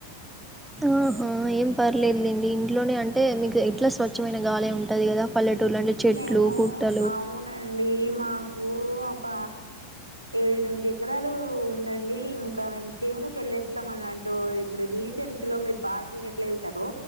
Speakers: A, in the centre; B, on the right.
A: ఆహా ఏం పర్లేదు లేండి ఇంట్లోనే అంటే మీకు ఎట్లా స్వచ్ఛమైన గాలే ఉంటది కదా పల్లెటూర్లు అంటే చెట్లు
B: మేము
A: పుట్టలు
B: అవునండి మా ఊ ఒక ఏడు ఎనిమిది ఎకరాలు ఉందండి ఇంకా మేము చేనుకు వెళ్లే చేస్తామన్నట్టు ఇప్పుడు వీకెండ్స్ లో మీరు పార్క్ కు ఎట్లా వెళ్తారో